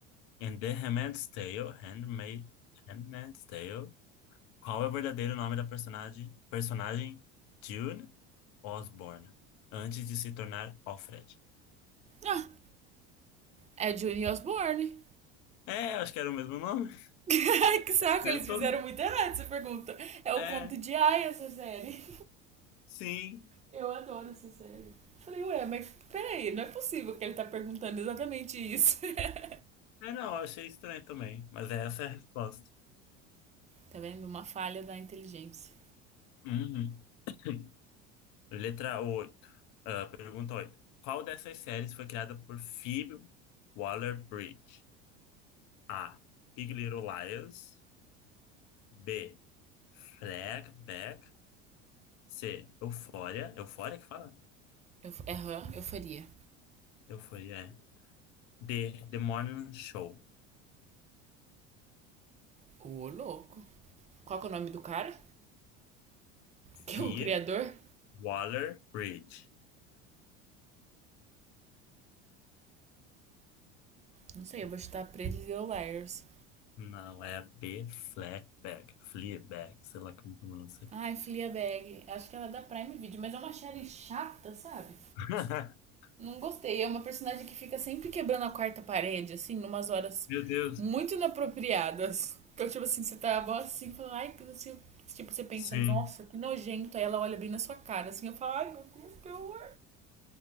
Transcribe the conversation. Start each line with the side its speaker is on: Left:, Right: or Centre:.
Left: In The Handmaid's Tale, Handmaid, Handmaid's Tale, Qual é o verdadeiro nome da personagem, personagem June Osborne, antes de se tornar Alfred?
Right: Ah, É Johnny Osborne.
Left: É, acho que era o mesmo nome. <laughs>
Right: <laughs> que saco,
Left: Acertou?
Right: eles fizeram muito errado essa pergunta. É o
Left: É,
Right: conto de Ai essa série.
Left: sim.
Right: Eu adoro essa série. Falei, ué, mas peraí, não é possível que ele tá perguntando exatamente isso. <laughs>
Left: É, não, eu achei estranho também, mas essa é a resposta.
Right: Tá vendo? Uma falha da inteligência.
Left: Uhum. <coughs> <clears throat> Letra 8. ah, pergunta 8. Qual dessas séries foi criada por Phoebe Waller-Bridge? A. Big Little Liars. B. Fleabag. C. Euphoria. Euphoria que fala?
Right: Eu, f- aham, eu faria.
Left: Eu fui, é. The, The Morning Show.
Right: Ô, louco. Qual que é o nome do cara? Que
Left: Phoebe
Right: é o criador?
Left: Waller-Bridge.
Right: Não sei, eu vou chutar Pretty Little Liars.
Left: Não, é B. Fleabag. Fleabag, sei lá como pronuncia.
Right: Ai, Fleabag. Acho que ela é da Prime Video, mas é uma série chata, sabe?
Left: <laughs>
Right: Não gostei. É uma personagem que fica sempre quebrando a quarta parede, assim, numas horas
Left: Meu Deus.
Right: muito inapropriadas. Então, tipo assim, você tá mó assim, fala, ai, que não sei o que. Tipo, você pensa,
Left: Sim.
Right: nossa, que nojento. Aí ela olha bem na sua cara, assim, eu falo, ai, meu Deus, que horror.